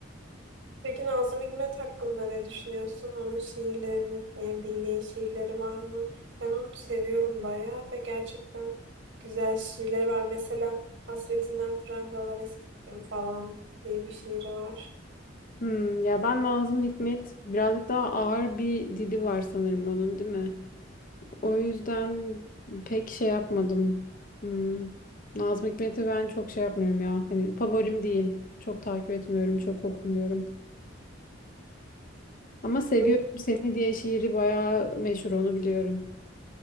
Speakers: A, on the right; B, on the left.
A: Peki Nazım Hikmet hakkında ne düşünüyorsun? Onun şiirlerini, yani bildiğin şiirleri var mı? Ben onu seviyorum bayağı ve gerçekten güzel şiirleri var. Mesela Hasretinden Prangalar Eskittim falan diye bir şiiri var.
B: Hmm, ya ben Nazım Hikmet birazcık daha ağır bir dili var sanırım onun değil mi? O yüzden pek şey yapmadım. Hmm. Nazım Hikmet'i ben çok şey yapmıyorum ya. Hani favorim değil. Çok takip etmiyorum, çok okumuyorum. Ama Seviyorum
A: Böyle
B: Seni diye şiiri bayağı meşhur onu biliyorum.